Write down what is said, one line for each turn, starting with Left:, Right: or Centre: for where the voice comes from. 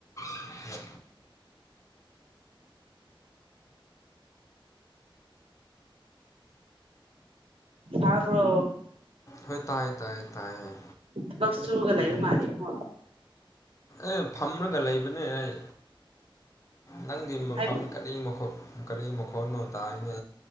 Left: ꯍ
Right: ꯇꯥꯕ꯭ꯔꯣ
Left: ꯍꯣꯏ ꯇꯥꯏꯌꯦ ꯇꯥꯏꯌꯦ ꯇꯥꯏꯌꯦ
Right: ꯊꯕꯛ ꯆꯨꯔꯒ ꯂꯩꯔꯨ
Left: ꯎꯝ
Right: ꯃꯥꯂꯦ ꯍ
Left: ꯑꯦ ꯐꯝꯃꯒ ꯂꯩꯕꯅꯦ ꯑꯩ ꯅꯪꯗꯤ ꯃꯐꯝ
Right: ꯍꯥꯏꯕꯗꯤ
Left: ꯀꯔꯤ ꯃꯈꯣ ꯀꯔꯤꯃ ꯈꯣꯟꯅꯣ ꯇ ꯏ